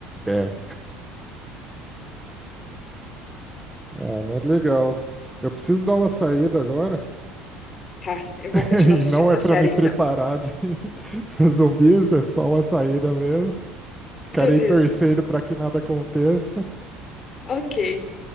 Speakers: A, in the centre; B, on the left (about 25°).
A: É, Ah, mas legal. Eu preciso dar uma saída agora.
B: Tá, eu vou
A: <laughs>
B: continuar assistindo
A: E não
B: minha
A: é para
B: série
A: me preparar
B: então.
A: de <laughs> pros zumbis, é só uma saída mesmo. Ficarei
B: Beleza.
A: torcendo para que nada aconteça,
B: Ok.